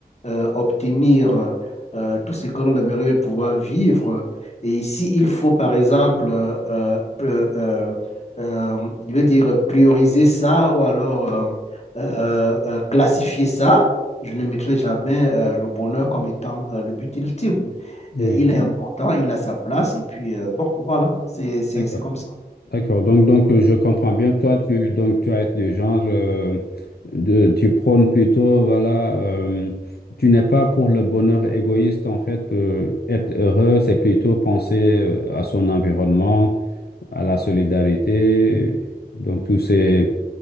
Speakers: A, on the left (about 40°); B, on the left (about 75°).
A: euh, obtenir, euh, tout ce que l'on aimerait bien pouvoir vivre, et s'il faut, par exemple, euh, euh, euh, euh, je veux dire, prioriser ça ou alors euh, euh, euh, classifier ça, je ne mettrai jamais euh, le bonheur comme étant euh, le but ultime.
B: oui.
A: Euh, il est important, il a sa place, et puis euh, bon, voilà, c'est, c'est,
B: D'accord.
A: c'est comme ça.
B: D'accord, donc, donc euh, je comprends bien, toi, tu, donc, tu as été du genre, euh, de, tu prônes plutôt, voilà, euh, tu n'es pas pour le bonheur égoïste, en fait, euh, être heureux, c'est plutôt penser euh, à son environnement, à la solidarité. Donc, tous ces